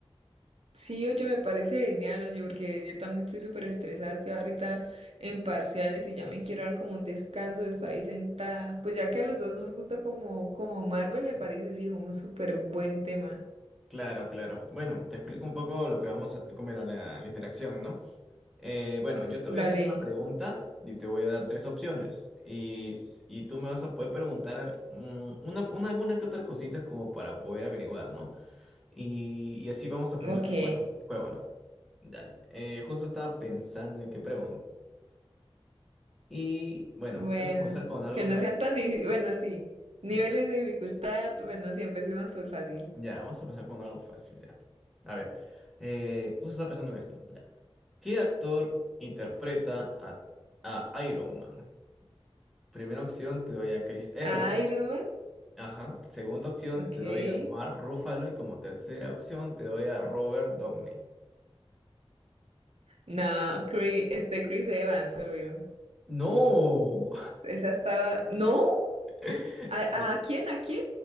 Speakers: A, on the right (about 75°); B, in the centre.
A: Sí, oye, me parece genial, oye, porque yo también estoy súper estresada, estoy ahorita en parciales y ya me quiero dar como un descanso de estar ahí sentada. Pues ya que a los dos nos gusta como, como Marvel, me parece sí un súper buen tema.
B: Claro, claro. Bueno, te explico un poco lo que vamos a comer a la, la interacción, ¿no? Eh, bueno, yo te voy
A: Dale,
B: a hacer una pregunta y te voy a dar tres opciones. Y, s- y tú me vas a poder preguntar mm, una, una, alguna que otras cositas como para poder averiguar, ¿no? Y, y así vamos a freír,
A: ok,
B: la- bueno, el juego, ¿no? Dale. Eh, justo estaba pensando en qué pregunta. Y bueno,
A: bueno,
B: voy a comenzar con algo
A: que no
B: fácil.
A: sean tan difíciles, bueno, sí, niveles
B: Ya,
A: de dificultad, bueno, sí, empecemos por fácil.
B: ya, vamos a empezar con algo fácil, ya. A ver, eh, justo estaba pensando en esto. ya. ¿Qué actor interpreta a, a Iron Man? Primera opción te doy a Chris Evans.
A: Iron Man,
B: Ajá. Segunda opción
A: ok.
B: te doy a Mark Ruffalo. Y como tercera opción te doy a Robert Downey.
A: No, Chris, este Chris Evans, obvio.
B: ¡No!
A: Esa estaba, ¿no?
B: <laughs>
A: ¿A, a quién? ¿A quién?